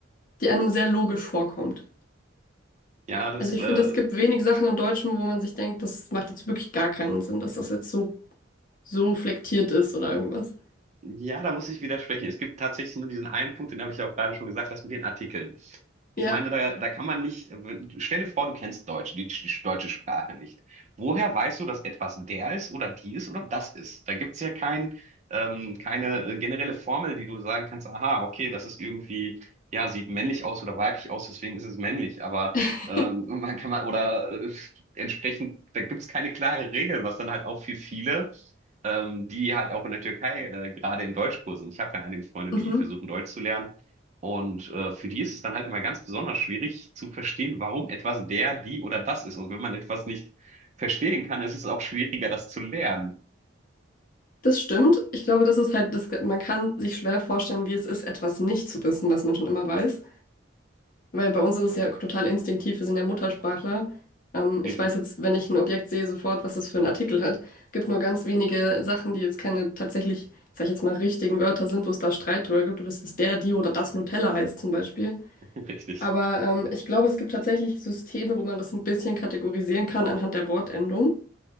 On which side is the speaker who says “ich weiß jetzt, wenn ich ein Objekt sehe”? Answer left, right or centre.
Left